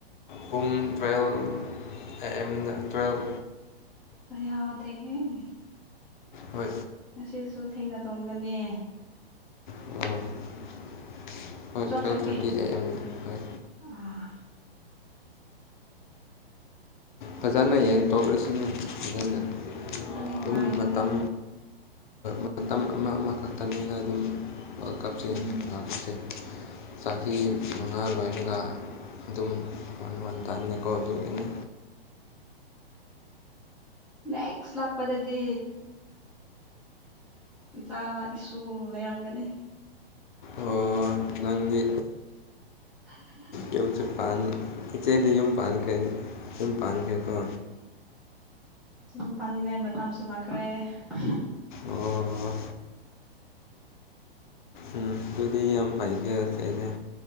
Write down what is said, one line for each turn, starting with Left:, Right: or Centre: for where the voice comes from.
Left: ꯄꯨꯡ ꯇꯨꯌꯦꯞ ꯑ ꯑꯦꯝꯗ ꯇꯨꯌꯦꯞ
Centre: ꯍꯥ ꯊꯦꯡꯑꯦ
Left: ꯍꯣꯏ
Centre: ꯉꯁꯤꯁꯨ ꯊꯦꯡꯅ ꯇꯣꯝꯒꯅꯤ꯫
Left: <unintelligible> ꯍꯣꯏ
Centre: ꯇꯨꯋꯦꯜꯐ
Left: ꯇꯨꯌꯦꯞ
Centre: ꯊꯥꯔꯇꯤ
Left: ꯊ꯭ꯔꯥꯇꯤꯗ ꯑꯦ ꯑꯦꯝ ꯍꯣꯢ
Centre: <unintelligible>
Left: ꯐꯖꯅ ꯌꯦꯡꯊꯣꯛꯂꯁꯤꯅ ꯑꯗꯨꯅ
Centre: ꯑꯗꯨꯅꯦ
Left: ꯇꯨꯝ
Centre: ꯉꯥꯏꯒꯅꯤ
Left: ꯃꯇꯝ ꯃꯇꯝ ꯑꯃ ꯑꯃꯈꯛꯇꯅꯤꯅ ꯑꯗꯨꯝ ꯋꯥꯔꯜ ꯀꯞꯁꯦ
Centre: ꯎꯝ
Left: ꯂꯥꯛꯁꯦ꯫ ꯆꯍꯤ ꯃꯉꯥ ꯂꯣꯏꯔꯒ ꯑꯗꯨꯝ ꯋꯥꯟ ꯋꯥꯟ ꯇꯥꯅꯤꯀꯣ ꯑꯗꯨꯒꯤꯅꯤ꯫
Centre: ꯅꯦꯁ ꯂꯥꯛꯄꯗꯗꯤ ꯏꯆꯥ ꯏꯁꯨ ꯂꯩꯔꯝꯒꯅꯤ꯫
Left: ꯑꯣ ꯅꯪꯒꯤ
Centre: <unintelligible>
Left: ꯌꯨꯝꯁꯨ ꯏꯆꯦꯗꯤ ꯌꯨꯝ ꯄꯥꯟꯈ꯭ꯔꯦ ꯌꯨꯝ ꯄꯥꯟꯈ꯭ꯔꯦꯀꯣ꯫
Centre: ꯌꯥꯝ ꯄꯥꯅꯤꯡꯉꯥꯏ ꯃꯇꯥꯡꯁꯨ ꯂꯥꯛꯈ꯭ꯔꯦ꯫ <unintelligible>
Left: ꯑꯣ ꯎꯝ ꯑꯗꯨꯗꯤ ꯌꯥꯝ ꯐꯩꯅꯦ ꯆꯦꯁꯦ꯫